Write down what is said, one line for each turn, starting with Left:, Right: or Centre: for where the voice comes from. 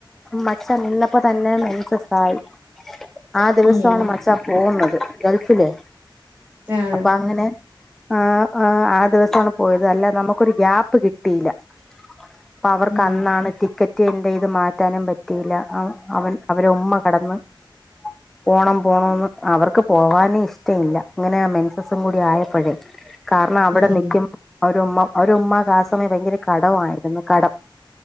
Centre: മച്ച നിന്നപ്പോ തന്നെ മെൻസസായി ആ ദിവസമാണ്
Right: ഉം
Centre: മച്ച പോയ പോവുന്നത് ഗൾഫിലെ
Right: ആഹ്
Centre: അപ്പൊ അങ്ങനെ ആഹ് ആഹ് ദിവസാണ് പോയത് അല്ലാ നമുക്കൊരു ഗ്യാപ്പ് കിട്ടിയില്ല അപ്പൊ അവർക്ക്
Right: ഉം
Centre: അന്നാണ് ടിക്കറ്റ് എന്റെ ഇത് മാറ്റാനും പറ്റിയില്ല അവൻ അവരെ ഉമ്മ കടന്ന് പോണം പോണംന്ന് അവർക്ക് പോവാനെ ഇഷ്ടഇല്ല അങ്ങനെ മെൻസസും കൂടി ആയപ്പഴേ കാരണം അവിടെ
Right: ഉം
Centre: നിക്കുമ്പോ അവരുമ്മ ഓര ഉമ്മാക്ക് ആ സമയം ഭയങ്കര കടമായിരുന്നു കടം